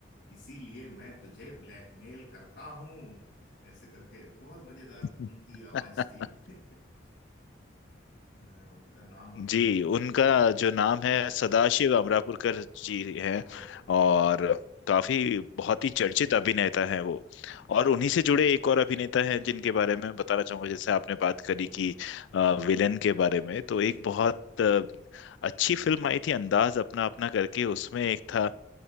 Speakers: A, on the left; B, on the left.
A: इसीलिए मैं तुझे ब्लैकमेल करता हूँ ऐसे करके बहुत मजेदार
B: <laughs>
A: उनकी आवाज थी <laughs> अ, उनका नाम अभी
B: जी उनका जो नाम है सदाशिव अमरापुरकर जी हैं
A: बहुत बढ़िया
B: और
A: है
B: काफी बहुत ही चर्चित अभिनेता हैं वो
A: हम्म
B: और उन्हीं से जुड़े एक और अभिनेता हैं जिनके बारे में बताना चाहूंगा जैसे आपने बात करी कि विलेन के बारे में तो एक
A: हम्म।
B: बहुत अ, अच्छी फिल्म आई थी अंदाज अपना अपना करके उसमें एक था